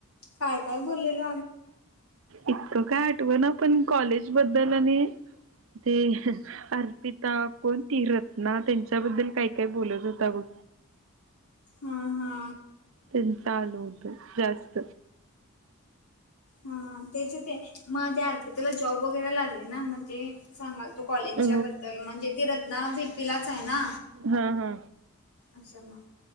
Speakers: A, on the left; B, on the right.
A: काय काय बोललेलं.
B: इतकं काय आठव ना पण कॉलेज बद्दल आणि. ते अर्पिता कोणती रत्ना त्यांच्याबद्दल काही काय बोलत होता बघ.
A: हा हा
B: त चाल उत जास्त.
A: हा तेच ते मग ते आरपी त्याला जॉब वगैरे लागले ना मग ते सांगाल. कॉलेजच्या
B: अ
A: बद्दल म्हणजे ती रत्ना भीपीलाच आहे ना.
B: हा हा.
A: अच्छा मग.